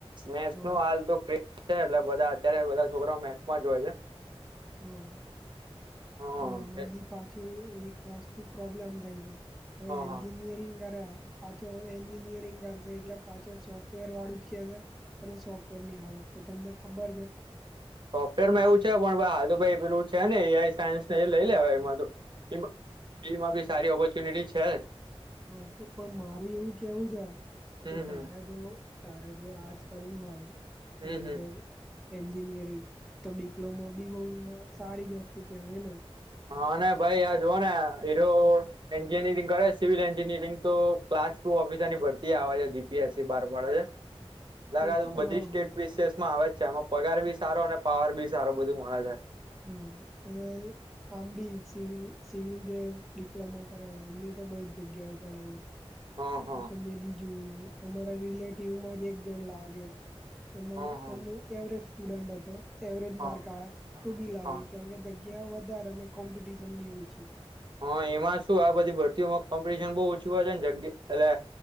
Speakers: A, on the right (about 50°); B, in the centre.
A: મેથ્સનું
B: હા
A: હાલ તો છે એટલે બધા અત્યારે બધા છોકરાઓ મેચમાં જ હોય છે.
B: હમ
A: હા
B: પણ એમાં બી પાછું એ એક વસ્તુ પ્રોબ્લેમ થઈ જાય હવે
A: હા
B: એન્જિનિયરિંગ
A: હા
B: કર્યા પાચો એન્જિનિયરિંગ કર સે એટલે પાછું સોફ્ટવેર વાળું જ કે છે અને સોફ્ટવેર ની હાલત તો તમને ખબર છે.
A: સોફ્ટવેરમાં એવું છે પણ હાલ તો ભાઈ પેલું છે ને એ આઈ સાયન્સને એ લઈ લેવાઈ એમાં તો. તેમાં તેમાં બી સારી ઓપોર્ચ્યુનિટી છે જ.
B: હા તો પણ મારું એવું કેવું છે.
A: હમ
B: કે તારે
A: હમ
B: જો તારે જો આજ કરવું હોય
A: હમ
B: એટલે
A: હમ
B: કે એન્જિનિયરિંગ તો ડિપ્લોમા બી બહુ સારી જ વસ્તુ કહેવાય ને.
A: હા ને ભાઈ આ જોવોને એરો એન્જિનિયરિંગ કરે સિવિલ એન્જિનિયરિંગ તો ક્લાસ ટુ ઓફિસરની ભરતી આવે છે. જીપીએસસી બાર પાડે છે. લાગે
B: એ તો
A: બધી
B: હા
A: સ્ટેટ
B: હા
A: બીસમાં આવે જ છે. આમાં પગાર બી સારો અને પાવર બી સારો બધું મળે છે.
B: હા. અ આમ બી સિવિલ સિવિલ જે ડિપ્લોમા કરેલા એમની તો બવ જ જગ્યાઓ પડાયા- -
A: હા હા
B: એ તમે બી જોયું અમારા રિલેટિવમાં જ એક જણ લાગ્યો. એમાં
A: હા હા
B: એનું એવરેજ સ્ટુડન્ટ હતો એવરેજ
A: હા
B: માર્ક આવ્યા તો બી લાગ
A: હા
B: કેમ કે- - જગ્યા વધારે અને કોમ્પિટશન બી ઓછી.
A: હા એમાં શું આ બધી ભરતી ઓમાં કોમ્પિટિશન બહ ઓછી હોય છેને જગ્યા એટલે